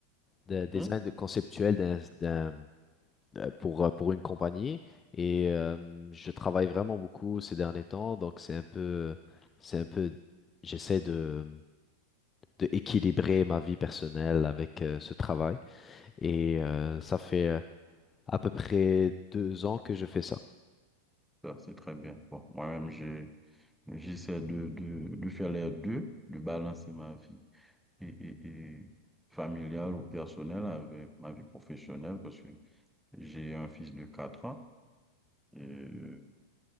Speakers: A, on the left; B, in the centre.
A: de design
B: Hmm?
A: de conceptuel d'un, d'un- euh, pour, euh, pour une compagnie. Et euh, je travaille vraiment beaucoup ces derniers temps, donc c'est un peu, c'est un peu, j'essaie de, de équilibrer ma vie personnelle avec euh, ce travail. Et euh, ça fait euh, à peu près deux ans que je fais ça.
B: Ça, c'est très bien. Bon, moi-même, j'ai, j'essaie de, de, de faire les deux, de balancer ma vie et, et, et familiale ou personnelle avec ma vie professionnelle parce que j'ai un fils de 4 ans. Et euh,